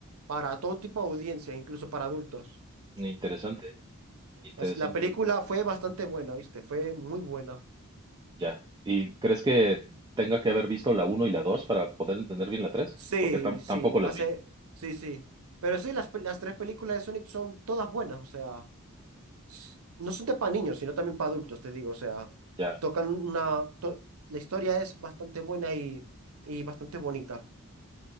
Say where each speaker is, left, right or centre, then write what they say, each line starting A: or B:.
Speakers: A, on the right; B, on the right.
A: para todo tipo de audiencia, incluso para adultos.
B: Interesante, interesante.
A: As- La película fue bastante buena, ¿viste? Fue muy buena.
B: Ya. ¿Y crees que tenga que haber visto la uno y la 2 para poder entender bien la tres
A: Sí,
B: Porque tam-
A: sí,
B: tampoco las
A: hace,
B: vi.
A: sí, sí. Pero sí, las, pe- las tres películas de Sonic son todas buenas, o sea, s- no son de para niños, sino también para adultos, te digo, o sea,
B: Ya.
A: tocan una, to- la historia es bastante buena y, y bastante bonita.